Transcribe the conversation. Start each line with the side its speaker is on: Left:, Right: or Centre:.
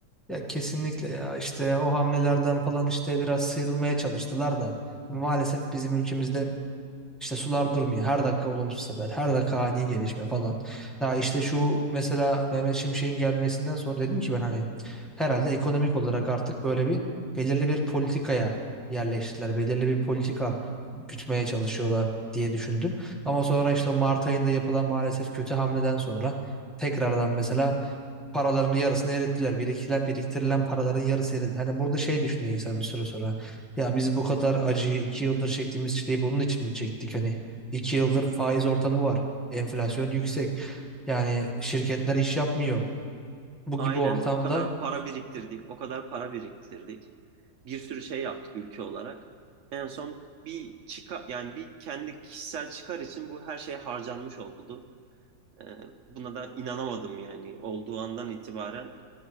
Centre: Ya kesinlikle ya işte o hamlelerden falan işte biraz sıyrılmaya çalıştılar da maalesef bizim ülkemizde işte sular durmuyor. Her dakika olumsuz haber, her dakika ani gelişme falan. Ya işte şu mesela Mehmet Şimşek'in gelmesinden sonra dedim ki ben hani herhalde ekonomik olarak artık böyle bir belirli bir politikaya yerleştiler. Belirli bir politika gütmeye çalışıyorlar diye düşündüm. Ama sonra işte Mart ayında yapılan maalesef kötü hamleden sonra tekrardan mesela paralarını yarısını erittiler. Biriktirilen, biriktirilen paraların yarısı eridi. Hani burada şey düşünüyor insan bir süre sonra. Ya biz bu kadar acıyı iki yıldır çektiğimiz çileyi bunun için mi çektik? Hani iki yıldır faiz ortamı var. Enflasyon yüksek. Yani şirketler iş yapmıyor. Bu
Right: Aynen
Centre: gibi ortamda
Right: o kadar para biriktirdik, o kadar para biriktirdik. Bir sürü şey yaptık ülke olarak. En son bir çıkar yani bir kendi kişisel çıkar için bu her şey harcanmış oldu. Ee, buna da inanamadım yani olduğu andan itibaren